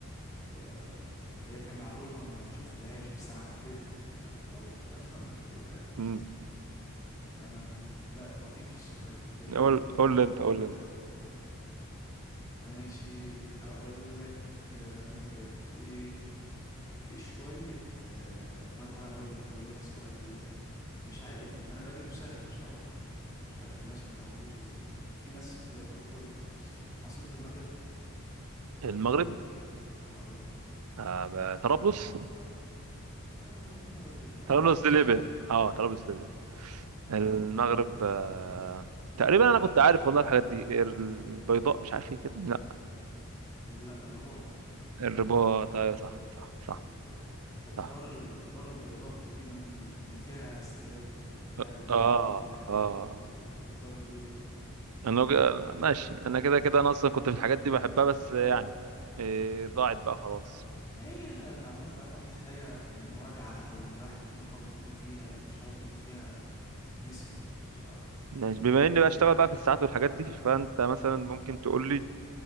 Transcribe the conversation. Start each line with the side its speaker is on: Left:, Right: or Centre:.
Left: آه، هي كمعلومة ما شفتهاش بس عديتها على صوابعي فاهم <laughs> كده يعني
Right: مم. مم.
Left: آه، لا لطيف السؤال جميل
Right: قول قول
Left: آه،
Right: لي انت قول لي انت
Left: ماشي اقول لك آه، ايه في شوية آه، بقى تعالى اقول لك اقول لك سؤال آه، مش عارف يعني انا بجده سهل بصراحة يعني مش عارف الناس ما تعرفوش ازاي في ناس بيترددوا فيه عاصمة المغرب
Right: المغرب
Left: اي
Right: آه ب- طرابلس
Left: يا راجل لا
Right: طرابلس
Left: طرابلس
Right: دي ليبيا
Left: ليبيا
Right: اه طرابلس ليبيا
Left: اه
Right: المغرب آه، تقريبا انا كنت عارف والله الحاجات دي البيضاء مش عارف ايه كده لا
Left: لا الرباط الرباط
Right: الرباط
Left: الرباط
Right: ايوه صح صح صح
Left: الرباط الدار
Right: صح
Left: ال- الدار البيضاء دي مدينة اللي فيها استاد وبتاع
Right: اه
Left: الوداد
Right: اه
Left: وبتاع
Right: اه
Left: مش عارف ايه دي الدار البيضاء اه
Right: انا وج- ماشي انا كده كده انا اصلا كنت في الحاجات دي بحبها بس يعني إيه ضاعت بقى خلاص
Left: هي المعلومات العامة بتحتاجها مراجعة أو إن الواحد يكون حاطط إيده فيها لو مش حاطط إيده فيها بتتنسي بسرعة
Right: ماشي بما اني بشتغل بقى في الساعات والحاجات دي فانت مثلا ممكن تقول لي